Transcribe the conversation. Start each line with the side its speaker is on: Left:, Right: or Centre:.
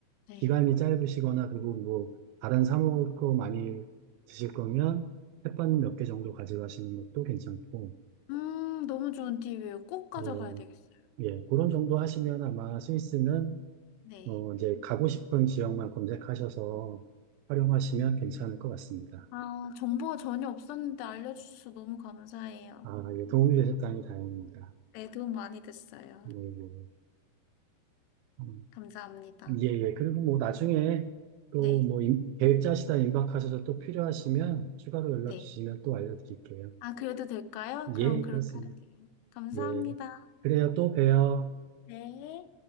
Left: 네.
Right: 기간이 짧으시거나, 그리고 뭐, 다른 사 먹을 거 많이 드실 거면, 햇반 몇 개 정도 가져가시는 것도 괜찮고,
Left: 음, 너무 좋은 팁이에요. 꼭 가져가야
Right: 예,
Left: 되겠어요.
Right: 예, 그런 정도 하시면 아마 스위스는
Left: 네.
Right: 어, 이제 가고 싶은 지역만 검색하셔서 활용하시면 괜찮을 것 같습니다.
Left: 아, 정보가 전혀 없었는데 알려주셔서 너무 감사해요.
Right: 아, 예, 도움이 되셨다니 다행입니다.
Left: 네, 도움 많이 됐어요.
Right: 예, 예, 음,
Left: 감사합니다.
Right: 예, 예. 그리고 뭐 나중에 또
Left: 네,
Right: 뭐 계획 짜시다 임박하셔서 또 필요하시면 추가로 연락
Left: 네.
Right: 주시면 또 알려드릴게요.
Left: 아, 그래도 될까요? 그럼
Right: 예,
Left: 그렇게
Right: 그렇습니다.
Left: 할게요. 감사합니다.
Right: 예. 그래요, 또 봬요.
Left: 네.